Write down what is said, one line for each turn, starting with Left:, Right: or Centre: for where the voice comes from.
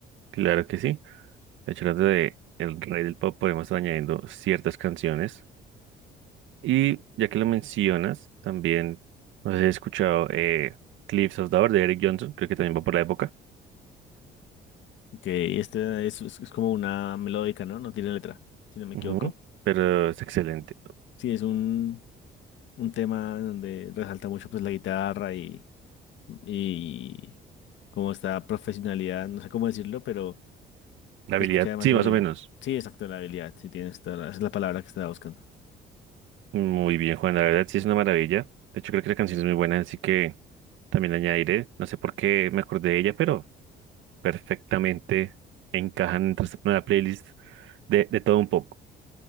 Right: Claro que sí. De hecho, hablando de el rey del pop, podemos estar añadiendo ciertas canciones. Y ya que lo mencionas, también, no sé si he escuchado eh, Cliffs of Dover de Eric Johnson, creo que también va por la época.
Left: Ok, este es, es- es como una melódica, ¿no? No tiene letra, si no me
Right: Ujú.
Left: equivoco.
Right: Pero es excelente.
Left: Sí, es un, un tema en donde resalta mucho pues la guitarra y, y como esta profesionalidad, no sé cómo decirlo, pero
Right: La
Left: te
Right: habilidad,
Left: escucha demasiado
Right: sí, más
Left: bien.
Right: o menos.
Left: Sí, exacto, la habilidad, sí tienes toda la- esa es la palabra que estaba buscando.
Right: Muy bien, Juan, la verdad sí es una maravilla. De hecho, creo que la canción es muy buena, así que también la añadiré. No sé por qué me acordé de ella, pero perfectamente encajan entre esta nueva playlist de, de todo un poco.